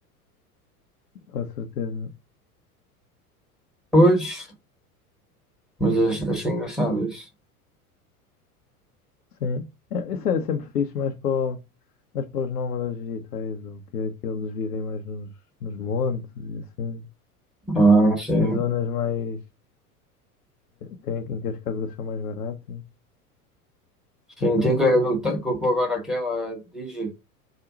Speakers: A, on the left; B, in the centre.
A: com certeza.
B: Pois, mas ach- achei engraçado isso.
A: Sim. É, isso é sempre fixe, mais para, o- mais para os nómadas digitais, ou que é que eles vivem mais nos, nos montes e assim,
B: Ah, sim.
A: em zonas mais que- em que as casas são mais baratas.
B: Sim,
A: Então,
B: tem colega meu que tá- colocou agora aquela Digi.